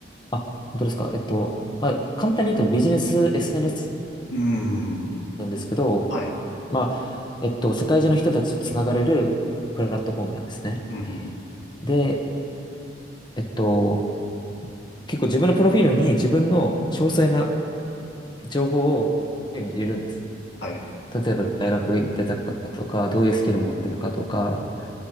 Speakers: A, on the left; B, on the left.
A: あ、本当ですか。えっと、まあ、簡単に言うとビジネス SNS
B: うーん。
A: なんですけど、
B: はい。
A: まあ、えっと、世界中の人たちとつながれるプラットフォームなんですね。
B: うん、うんうん
A: で、えっと、結構自分のプロフィールに自分の詳細な情報を手に入れるんです。
B: はい。
A: 例えば大学行ってたかとか、どういうスキル持ってるかとか、
B: うん、うんうん